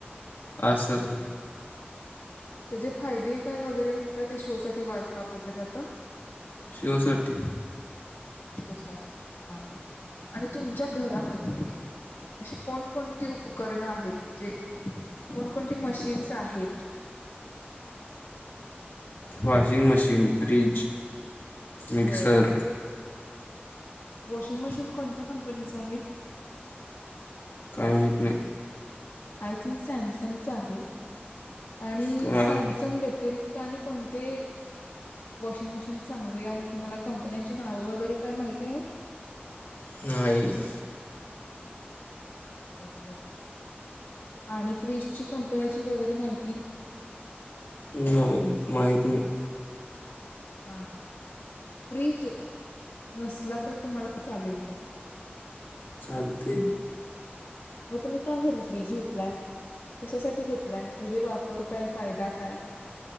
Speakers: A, on the left (about 60°); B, on the left (about 80°).
A: असेल
B: त्याचे फायदे काय वगैरे काय ते शो साठी वापरलं जातं
A: शो साठी
B: शो साठी हा आणि तुमच्या घरामध्ये अशी कोणकोणती उपकरणं आहेत जे कोणकोणती मशीन्स आहेत
A: वॉशिंग मशीन फ्रिज मिक्सर
B: बर वॉशिंग मशीन कोणत्या कंपनीचं आहे
A: काय माहित नाही
B: आय थिंक सॅमसंगच आहे आणि
A: तुम्हाला
B: सॅमसंग व्यतिरिक्त आणि कोणते वॉशिंग मशीन चांगली आहे तुम्हाला कंपन्यांची नावं वगैरे काय माहिती आहेत
A: नाहीई
B: हो आणि फ्रीजची कंपनीची वगैरे माहिती
A: मा माहीती नाही
B: ह फ्रिज नसला तर तुम्हाला चालेल काय
A: चालते
B: मग तुम्ही का घरी फ्रीज घेतलाय कशासाठी घेतलाय त्याचा वापर काय फायदा काय?